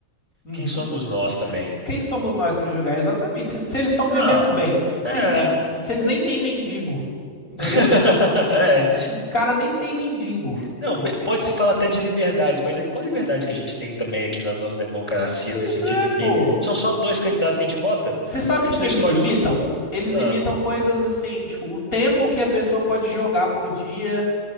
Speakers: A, on the left; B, on the left.
A: uhum.
B: Quem somos nós também?
A: Quem somos nós para julgar? Exatamente. Se, se eles estão
B: Não,
A: vivendo bem,
B: é.
A: se eles têm, se eles nem têm mendigo, entendeu?
B: <laughs> É.
A: Os caras nem têm mendigo.
B: Não, be- pode se falar até de liberdade, mas é qual liberdade que a gente tem também aqui nas nossas democracias,
A: Pois
B: no sentido
A: é,
B: de que
A: pô.
B: são só dois candidatos que a gente vota?
A: Você sabe
B: A gente
A: o que que
B: não
A: eles
B: escolhe
A: limitam?
B: os outros?
A: Eles limitam
B: Ah,
A: coisas assim, tipo, o tempo que a pessoa pode jogar por dia.